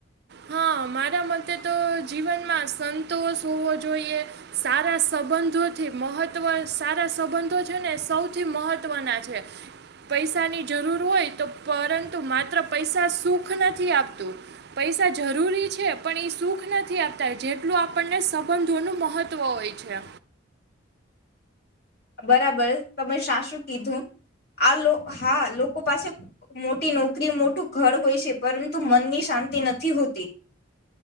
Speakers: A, on the right; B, on the left.
A: હા મારા મતે તો જીવનમાં સંતોષ હોવો જોઈએ સારા સંબંધોથી મહત્વ સારા સંબંધો છે ને સૌથી મહત્વના છે પૈસાની જરૂર હોય તો પરંતુ માત્ર પૈસા સુખ નથી આપતું પૈસા જરૂરી છે પણ એ સુખ નથી આપતા જેટલું આપણને સંબંધોનું મહત્વ હોય છે.
B: બરાબર તમે શા શું કીધું આલો હા લોકો પાસે મો ટી નોકરી મોટું ઘર હોય છે પરંતુ મનની શાંતિ નથી હોતી.